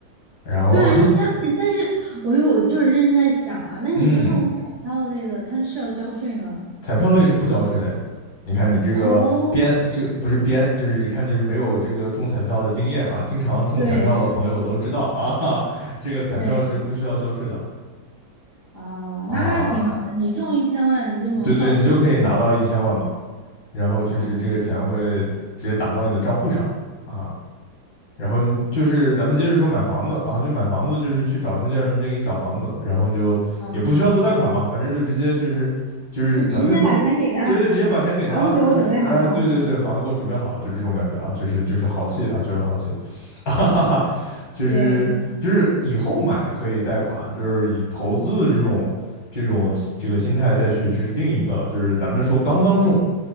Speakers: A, on the left; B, on the right.
A: 然后
B: 对啊，一千，哎但是我有就是认真在想啊，那你说这种彩票类的，
A: <laughs> 嗯，
B: 它是要交税吗？
A: 彩票类是不交税的呀。你看你这个编，
B: 哦，
A: 这个不是编，就是一看就是没有这个中彩票的经验啊。经常中彩票的朋友都知道啊，
B: 对
A: 这个彩票是不需要交税的
B: 对，啊、那挺好的，
A: 啊。
B: 你中一千万，你就能到手一千，
A: 对对，你就可以拿到一千万嘛。然后就是这个钱会
B: 哦，很厉
A: 直接打到你的账户上啊。然后你就是咱们接着说买房子啊，就买房子就是去找中介，让中介给你找房子，然后你就也不需要做贷款嘛，
B: 害，哦，
A: 反正就直接就是就是咱们说，
B: 就直接把钱给他，
A: 对对，直接把钱给他说，
B: 房子给我准备好，
A: 哎，对对对，房子给我准备好，就这种感觉啊，就是就是豪气啊，就是豪气，<laughs> 哈哈哈，就是就是以后买可以贷款，
B: 对，
A: 就是以投资的这种这种这个心态再去，这是另一个了，就是咱们说刚刚中。